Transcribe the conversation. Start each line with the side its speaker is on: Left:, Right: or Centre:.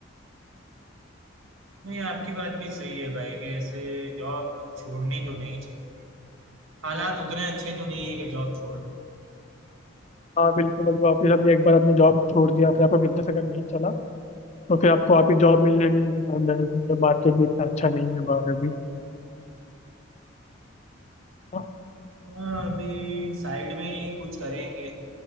Right: नहीं आपकी बात भी सही है भाई कि ऐसे जॉब छोड़नी तो नहीं चाहिए हालात उतने अच्छे तो नहीं है कि जॉब छोड़ दूं
Left: हाँ बिल्कुल अभी वापस अभी एक बार आपने जॉब छोड़ दिया फिर आपका बिजनेस अगर नहीं चला तो फिर आपको वापस जॉब मिलने में भी टाइम लगेगा क्योंकि मार्केट भी इतना अच्छा नहीं है बाहर अभी हाँ
Right: हाँ अभी साइड में ही कुछ करेंगे